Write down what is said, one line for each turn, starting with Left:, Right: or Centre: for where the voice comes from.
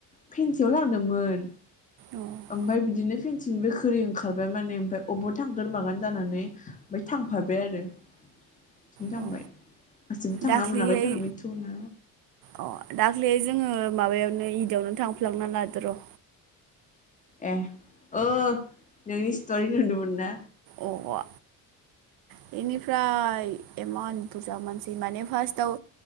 Left: फेनसियाव थांदोंमोन
Right: अ
Left: ओमफाय बिदिनो फिनसिनिबाय खोरै ओंखारबाय माने ओमफाय अबाव थांगोन मागोन जानानै ओमबाय थांफाबाय आरो थिं थांबाय
Right: अ
Left: गासिबो थांना
Right: दाख्लैहाय
Left: मोनाखै थांनि थौना
Right: अ दाख्लै जोंङो माबायावनो इदावनो थांफ्लांना लादो र
Left: एह ओ नोंनि स्टरिखो नुदोमोन ना
Right: अबआ बेनिफ्राय इमान बुरजा मानसि माने फार्स्टआव